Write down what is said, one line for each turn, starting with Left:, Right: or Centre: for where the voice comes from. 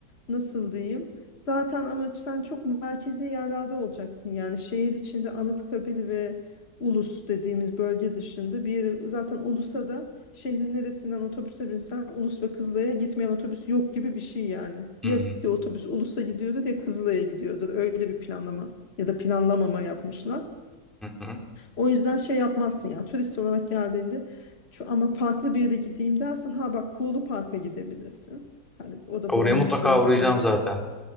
Left: nasıl diyeyim? Zaten ama sen çok merkezi yerlerde olacaksın. Yani şehir içinde Anıtkabir ve Ulus dediğimiz bölge dışında bir yere, zaten Ulus'a da şehrin neresinden otobüse binsen Ulus ve Kızılay'a gitmeyen otobüs yok gibi bir şey yani.
Centre: Hmm,
Left: Ya bir otobüs Ulus'a gidiyordur ya Kızılay'a gidiyordur. Öyle bir planlama ya da planlamama yapmışlar.
Centre: hı hı.
Left: O yüzden şey yapmazsın yani turist olarak geldiğinde şu ama farklı bir yere gideyim dersin. Ha bak Kuğulu Park'a gidebilirsin. Hani o da
Centre: Oraya
Left: buranın
Centre: mutlaka
Left: bir şeyi
Centre: uğrayacağım
Left: gibi oldu.
Centre: zaten.